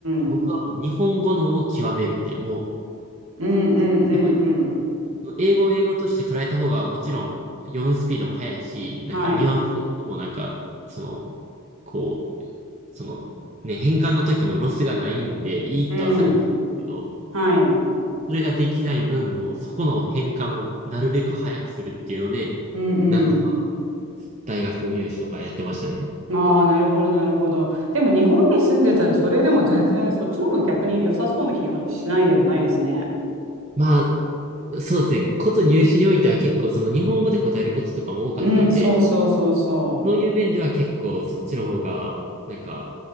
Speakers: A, on the right (about 65°); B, on the right (about 30°).
A: うん。
B: 僕はもう日本語のを極めるみたいな、もう、
A: うんうんうんうん。
B: やっぱ、英語を英語として捉えた方がもちろん読むスピードも速いし、
A: はい。
B: なんかニュアンス的にもなんか、その、こう、その、ね、変換の時のロスがないんで、いいとはされてるけど、
A: うん。はい。うん
B: それができない分も、そこの変換をなるべく早くするっていうので、
A: うん。
B: なんとか大学入試とかやってましたね。
A: ああ、なるほど、なるほど。でも日本に住んでたらそれでも全然そっちの方が逆に良さそうな気がしないでもないですね。
B: まあ、そうですね。こと入試においては結構その日本語で答えることとかも多かったんで、
A: うん、そうそうそうそう。
B: そういう面では結構そっちの方がなんか